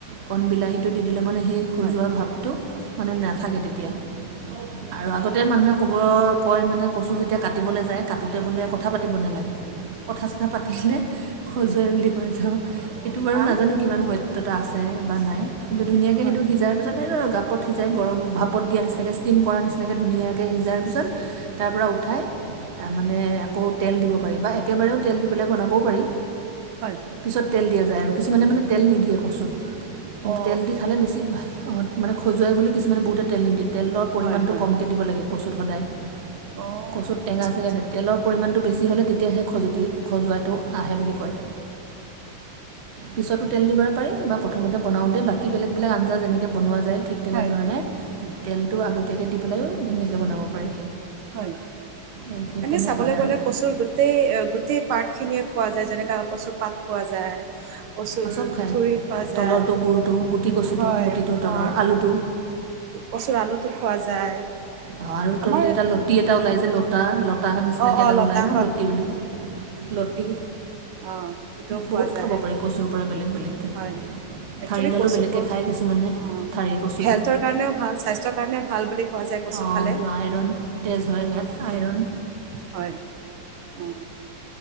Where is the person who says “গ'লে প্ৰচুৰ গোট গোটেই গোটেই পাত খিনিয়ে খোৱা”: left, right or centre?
Right